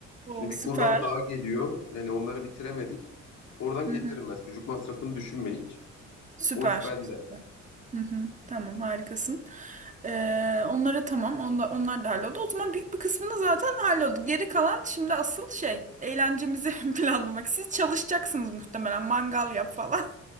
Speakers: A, on the right; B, on the left.
A: O
B: Şimdi bir
A: süper.
B: kurban daha geliyor. Yani onları bitiremedik. Oradan
A: Hı
B: getiririm
A: hı.
B: ben. Sucuk masrafını düşünme hiç.
A: Süper.
B: O iş bende.
A: Hı hı, tamam harikasın. Ee, onlara tamam onlar, onlar da halloldu. O zaman büyük bir kısmını zaten halloldu. Geri kalan şimdi asıl şey eğlencemizi <laughs> planlamak. Siz çalışacaksınız muhtemelen mangal yap falan.